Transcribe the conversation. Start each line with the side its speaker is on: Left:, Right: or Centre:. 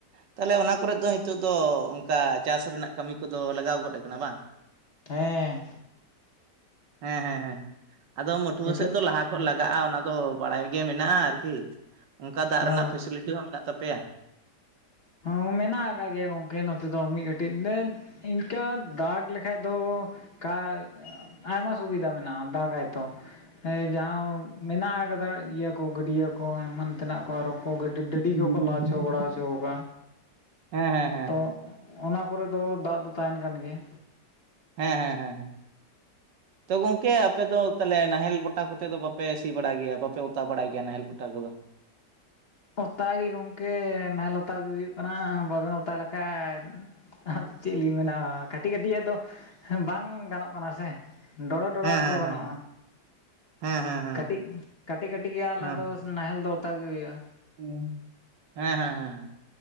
Right: ᱛᱟᱦᱚᱞᱮ ᱚᱱᱟ ᱠᱚᱨᱮᱫ ᱫᱚ ᱱᱤᱛᱚᱜ ᱫᱚ ᱚᱱᱠᱟ ᱪᱟᱥ ᱨᱮᱱᱟᱜ ᱠᱟᱹᱢᱤ ᱠᱚᱫᱚ ᱞᱟᱜᱟᱣ ᱜᱚᱫ ᱟᱠᱟᱱᱟ ᱵᱟᱝ? <inaudible>
Left: ᱦᱮᱸ᱾
Right: ᱦᱮᱸ ᱦᱮᱸ ᱦᱮᱸ ᱟᱫᱚ ᱢᱟᱹᱴᱷᱣᱟᱹ
Left: ᱱᱤᱛᱚᱜ
Right: ᱥᱮᱫ ᱫᱚ ᱞᱟᱦᱟ ᱠᱚ ᱞᱟᱜᱟᱜᱼᱟ᱾ ᱚᱱᱟ ᱫᱚ ᱵᱟᱲᱟᱭ ᱜᱮ ᱢᱮᱱᱟᱜᱼᱟ ᱟᱨᱠᱤ ᱚᱱᱠᱟ ᱫᱟᱜ
Left: ᱦᱳᱭ
Right: ᱨᱮᱱᱟᱜ ᱯᱷᱮᱥᱤᱞᱤᱴᱤ ᱦᱚᱸ ᱢᱮᱱᱟᱜ ᱛᱟᱯᱮᱭᱟ᱾
Left: ᱦᱚᱸ ᱢᱮᱱᱟᱜ ᱟᱠᱟᱫ ᱜᱮᱭᱟ ᱜᱚᱝᱠᱮ ᱱᱚᱛᱮ ᱫᱚ ᱢᱤᱫ ᱠᱟᱹᱴᱤᱡ ᱞᱮ ᱤᱱᱠᱟᱹ ᱫᱟᱜᱽ ᱞᱮᱠᱷᱟᱡ ᱫᱚ ᱠᱟ ᱟᱭᱢᱟ ᱥᱩᱵᱤᱫᱷᱟ ᱢᱮᱱᱟᱜᱼᱟ᱾ ᱫᱟᱜᱟᱭᱛᱚ᱾ ᱦᱮᱸ ᱡᱟᱦᱟᱸ ᱢᱮᱱᱟᱜ ᱠᱟᱫᱟ ᱤᱭᱟᱹ ᱠᱚ ᱜᱟᱹᱰᱭᱟᱹ ᱠᱚ ᱮᱢᱟᱱ ᱛᱮᱱᱟᱜ ᱠᱚ ᱟᱨᱚ <unintelligible> ᱚ
Right: ᱦᱮᱸ
Left: ᱰᱟᱹᱰᱤ
Right: ᱦᱮᱸ
Left: ᱜᱮᱠᱚ ᱞᱟ
Right: ᱦᱮᱸ
Left: ᱪᱚ ᱵᱟᱲᱟ ᱦᱚᱪᱚ ᱠᱟᱜᱼᱟ᱾
Right: ᱦᱮᱸ ᱦᱮᱸ᱾
Left: ᱛᱚ ᱚᱱᱟ ᱠᱚᱨᱮ ᱫᱚ ᱫᱟᱜ ᱫᱚ ᱛᱟᱦᱮᱱ ᱠᱟᱱ ᱜᱮᱭᱟ᱾
Right: ᱦᱮᱸ ᱦᱮᱸ ᱦᱮᱸ ᱦᱮᱸ᱾ ᱛᱚ ᱜᱚᱝᱠᱮ ᱟᱯᱮ ᱫᱚ ᱛᱟᱦᱚᱞᱮ ᱱᱟᱦᱮᱞ ᱵᱚᱴᱟ ᱠᱚᱛᱮ ᱫᱚ ᱵᱟᱯᱮ ᱥᱤ ᱵᱟᱲᱟᱭ ᱜᱮᱭᱟ ᱵᱟᱯᱮ ᱚᱛᱟ ᱵᱟᱲᱟᱭ ᱜᱮᱭᱟ? ᱱᱟᱦᱮᱞ ᱵᱚᱴᱟ ᱠᱚᱫᱚ᱾
Left: ᱚᱛᱟ ᱜᱮ ᱜᱚᱝᱠᱮ ᱱᱟᱦᱮᱞ ᱚᱛᱟᱜᱮ ᱦᱩᱭᱩᱜ ᱠᱟᱱᱟ ᱵᱟᱵᱮᱱ ᱚᱛᱟ ᱞᱮᱠᱷᱟᱡ ᱟ ᱪᱮᱫ ᱞᱤᱧ ᱢᱮᱱᱟ ᱠᱟᱹᱴᱤᱡ ᱠᱟᱹᱴᱤᱡᱟᱜ ᱫᱚ ᱵᱟᱝ ᱜᱟᱱᱚᱜ ᱠᱟᱱᱟ ᱥᱮ᱾ ᱰᱚᱲᱚ ᱰᱚᱲᱚᱣᱟᱜ
Right: ᱦᱮᱸ ᱦᱮᱸ
Left: ᱠᱚ ᱜᱟᱱᱚᱜᱼᱟ
Right: ᱦᱮᱸ ᱦᱮᱸ ᱦᱮᱸ᱾
Left: ᱠᱟᱹᱴᱤᱡ ᱠᱟᱹᱴᱤᱡ ᱠᱟᱹᱴᱤᱡ ᱜᱮ ᱟᱞᱟ
Right: ᱦᱮᱸ
Left: ᱫᱚ ᱱᱟᱦᱮᱞ ᱫᱚ ᱚᱛᱟ ᱜᱮ ᱦᱩᱭᱩᱜᱼᱟ᱾
Right: ᱦᱮᱸ ᱦᱮᱸ ᱦᱮᱸ᱾